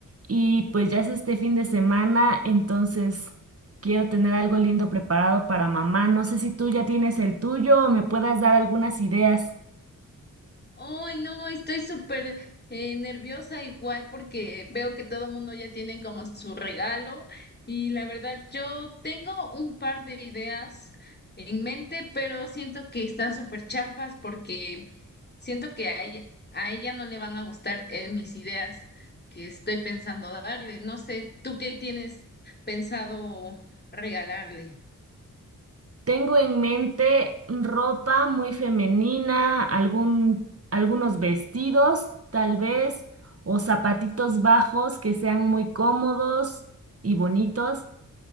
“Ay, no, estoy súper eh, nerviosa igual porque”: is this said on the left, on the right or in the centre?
Left